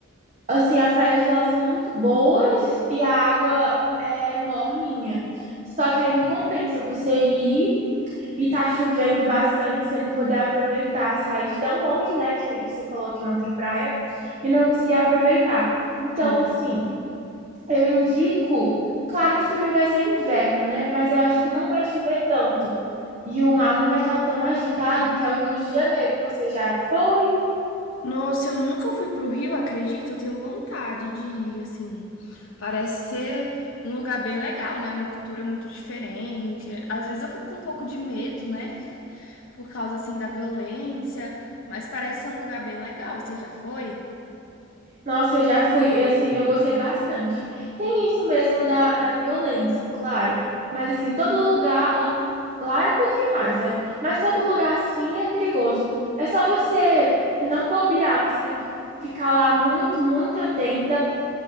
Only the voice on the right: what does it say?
Assim, as praias de lá são muito boas e a água é morninha. Só que aí não compensa você ir e tá chovendo bastante, você não poder aproveitar, sair de tão longe, né? Que você falou que não tem praia e não conseguir aproveitar. Então,
assim, eu indico. Claro que também vai ser inverno, né? Mas eu acho que não vai chover tanto. E o mar não vai estar tão agitado que é o Rio de Janeiro. Você já foi?
Nossa, eu já fui. Eu, assim, eu gostei bastante. Tem isso mesmo da, da violência, claro. Mas, assim, todo lugar. Lá, lá é um pouquinho mais, né? Mas todo lugar, assim, é perigoso. É só você não bobear. Você tem que ficar lá muito, muito atenta.